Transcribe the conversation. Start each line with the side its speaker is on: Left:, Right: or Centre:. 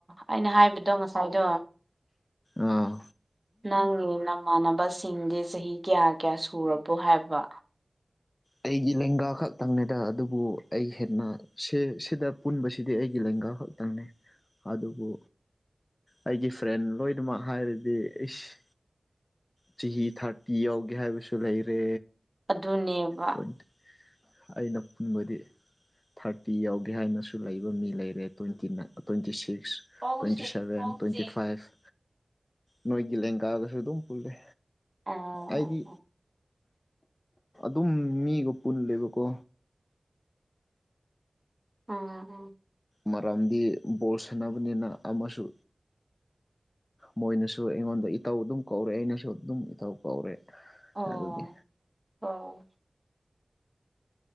Right: ꯑꯩꯅ ꯍꯥꯏꯕꯗꯣ ꯉꯁꯥꯏꯗꯣ
Left: ꯑꯥ
Right: ꯅꯪꯒꯤ ꯅꯃꯥꯟꯅꯕꯁꯤꯡꯒꯤ ꯆꯍꯤ ꯀꯌꯥ ꯀꯌꯥ ꯁꯨꯔꯕꯣ ꯍꯥꯏꯕ
Left: ꯑꯩꯒꯤ ꯂꯦꯡꯒꯥ ꯈꯛꯇꯪꯅꯦꯗ ꯑꯗꯨꯕꯨ ꯑꯩ ꯍꯦꯟꯅ ꯁꯦ ꯁꯤꯗ ꯄꯨꯟꯕꯁꯤꯗꯤ ꯑꯩꯒꯤ ꯂꯦꯡꯒꯥ ꯈꯛꯇꯪꯅꯤ ꯑꯗꯨꯕꯨ ꯑꯩꯒꯤ ꯐ꯭ꯔꯦꯟ ꯂꯣꯏꯅꯃꯛ ꯍꯥꯏꯔꯗꯤ ꯏꯁ ꯆꯍꯤ ꯊꯥꯔꯇꯤ ꯌꯧꯒꯦ ꯍꯥꯏꯕꯁꯨ ꯂꯩꯔꯦ
Right: ꯑꯗꯨꯅꯦꯝ
Left: ꯇ꯭ꯋꯦꯟꯇꯤ ꯑꯩꯅ ꯄꯨꯟꯕꯗꯤ ꯊꯥꯔꯇꯤ ꯌꯧꯒꯦ ꯍꯥꯏꯅꯁꯨ ꯂꯩꯕ ꯃꯤ ꯂꯩꯔꯦ ꯇ꯭ꯋꯦꯟꯇꯤꯅꯥꯏ ꯇ꯭ꯋꯦꯟꯇꯤ ꯁꯤꯛꯁ
Right: ꯄꯧꯁꯤꯡ
Left: ꯇ꯭ꯋꯦꯟꯇꯤ ꯁꯚꯦꯟ
Right: ꯄꯧꯁꯤꯡ
Left: ꯇ꯭ꯋꯦꯟꯇꯤ ꯐꯥꯏꯚ ꯅꯣꯏꯒꯤ ꯂꯦꯡꯒꯥꯒꯁꯨ ꯑꯗꯨꯝ ꯄꯨꯜꯂꯦ
Right: ꯑꯣ
Left: ꯑꯩꯗꯤ
Right: ꯑꯣ ꯑꯣ
Left: ꯇꯨꯝ ꯃꯤꯒ ꯄꯨꯜꯂꯦꯕꯀꯣ
Right: ꯑꯥ ꯑꯥ
Left: ꯃꯔꯝꯗꯤ ꯕꯣꯜ ꯁꯥꯟꯅꯕꯅꯤꯅ ꯑꯃꯁꯨ ꯃꯣꯏꯅ ꯁꯨ ꯑꯩꯉꯣꯟꯗ ꯏꯇꯥꯎ ꯑꯗꯨꯝ ꯀꯧꯔꯦ ꯑꯩꯅꯁꯨ ꯑꯗꯨꯝ ꯏꯇꯥꯎ ꯀꯧꯔꯦ
Right: ꯑꯣ
Left: ꯑꯗꯨꯒꯤ
Right: ꯑꯣ